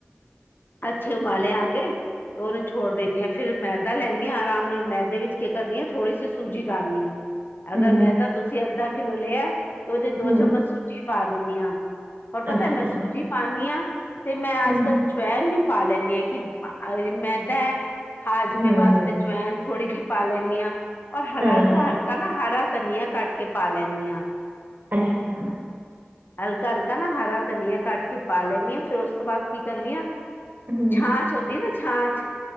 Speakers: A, on the left; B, on the right.
A: <inaudible> ਅੱਛੇ ਉਬਾਲੇ ਆ ਗਏ, ਤੇ ਉਹਦੇ 'ਚ ਥੋੜ ਦੇਿੰਨੀ ਹ, ਫਿਰ ਮੈਦਾ ਲੈਨੀ ਆ ਆਰਾਮ ਨਾਲ, ਮੈਦੇ ਵਿੱਚ ਕੇ ਕਰਨੀ ਆ, ਥੋੜ੍ਹੀ ਜੀ ਸੂਜੀ ਡਾਲਨੀ ਆ। ਅਗਰ
B: ਹੂੰ,
A: ਮੈਦਾ ਤੁਸੀਂ ਅੱਧਾ ਕਿੱਲੋ ਲਏ, ਤਾਂ ਉਦੇੇ 'ਚ ਦੋ
B: ਹੂੰ,
A: ਚਮਚ ਸੂਜੀ ਪਾ ਦੇਨੀ ਆ। ਔਰ ਪਤੇ
B: ਅੱਛਾ,
A: ਮੈਂ ਸੂਜੀ ਪਾਣਿ ਆ, ਤੇ ਮੈਂ
B: ਹੂੰ,
A: ਅੱਜ ਕੱਲ <inaudible> ਜਵੇਨ ਵੀ ਪਾ ਲੈਂਣੀ ਆ, ਕਿ ਰਪਾਂ ਅਗਰ ਮੈਦਾ ਹੈ, ਹਾਜ਼ਮੇ
B: ਹੂੰ,
A: ਵਾਸਤੇ ਜਵੈਨ ਥੋੜ੍ਹੀ ਜਿਹੀ ਪਾ ਲੈਂਣੀ ਆ, ਔਰ ਹਰਾ
B: ਹਾਂ-ਹਾਂ,
A: ਘਾਲਕਾ ਨਾ ਹਰਾ ਧਨੀਆ ਕੱਟ ਕੇ ਪਾ ਲੈਂਣੀ ਆ।
B: ਅੱਛਾ।
A: ਹਲਕਾ ਹਲਕਾ ਨਾ, ਹਰਾ ਧਨੀਆ ਕੱਟ ਕੇ ਪਾ ਲੈਂਣੀ ਆ। ਫੇਰ ਉਸ ਤੋਂ ਬਾਅਦ, ਕੀ ਕਰਨੀ ਆ
B: ਅਹ।
A: ਛਾਛ ਹੋਂਦੀ ਏ, ਨਾ ਛਾਛ